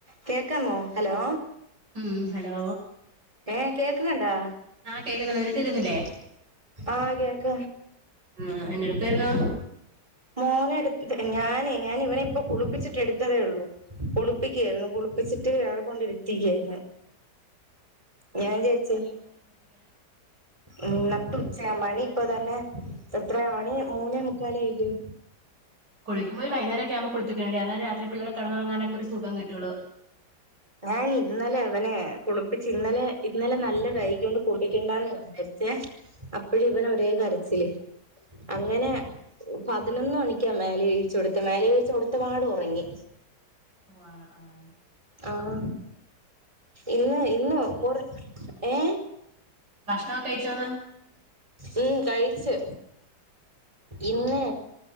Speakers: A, on the right (about 15°); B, on the right (about 70°).
A: കേക്കാമോ ഹലോ
B: ഉം ഹലോ
A: ഏ കേക്കണണ്ടാ
B: ആ കേക്ക്ന്നുണ്ട് നിനക്ക് കേക്കുന്നില്ലേ
A: ആ കേൾക്ക
B: ഉം എന്നെടുകയിരുന്നു
A: മോനെ എടുത്ത് ഞാനേ ഞാന ഇവനെ ഇപ്പ കുളിപ്പിച്ചിട്ട് എടുത്തതേ ഉള്ളൂ കുളിപ്പിക്കയായിരുന്നു കുളിപ്പിച്ചി അവിടെ കൊണ്ടിരുത്തിക്കയിരുന്നു ഞാൻ ചേച്ചേ ഉം നട്ടു ഉച്ച മണി ഇപ്പ തന്നെ എത്രയ മണി മൂന്നേ മുക്കാലേ ആയില്ലേ
B: <unintelligible> വൈകുന്നേരംക്കെ കുളപ്പിക്കണ്ട അന്നേരം രാത്രി പിള്ളേര് കിടന്നുറങ്ങാൻ ഒ ഒരു സുഖം കിട്ടുള്ളൂ.
A: ഞാൻ ഇന്നലെ അവനെ കുളിപ്പിച്ച് ഇന്നലെ ഇന്നലെ നല്ല വൈഗികൊണ്ട് കൂട്ടിക്കണ്ടാന്ന് വിചാരിച്ചേ അ ടി ഇവന് ഒരേ കരച്ചില്
B: ആഹ്
A: അങ്ങനെ പതിനൊന്ന് മണിക്കാ മേല്കഴുകിച്ചു കൊടുത്തെ മേലെ കഴുകിച്ച് കൊടുത്തപാട് ഉറങ്ങി
B: ഓ ആഹാ -ആഹാ
A: ആഹ ഇന്ന്-ഇന്ന് കൊറേ ഏ
B: ഭക്ഷണക്കെ കഴിച്ചോന്ന്
A: ഉം കഴിച്ച്, ഇന്നേ